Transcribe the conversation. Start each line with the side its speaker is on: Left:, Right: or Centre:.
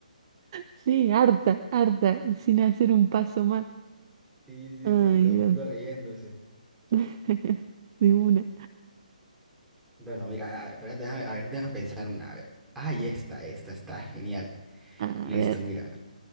Right: Sí, harta, harta, sin hacer un paso más.
Centre: Sí, sí,
Right: Ay,
Centre: sí, todo el
Right: Dios.
Centre: mundo riéndose.
Right: <laughs> De una.
Centre: Bueno, mira, a- espera, déjame- a ver, déjame pensar una. A ver. Ay, esta, esta está genial.
Right: A
Centre: Listo,
Right: ver,
Centre: mira.